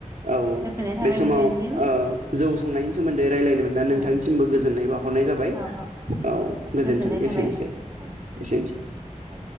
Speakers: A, on the right; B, on the right.
A: औ
B: गोजोननाय थाबाय
A: बे समाव
B: नोंथांसिम
A: ओ जौ संनायनि सोमोन्दै रायलायनो मोनना नोंथांनिसिमबो
B: औ
A: गोजोननाय बावहरनाय जाबाय
B: औ
A: औ गोजोन्थों
B: गोजोननाय
A: एसेनोसै
B: थाबाय औ
A: एसेनोसै।
B: औ।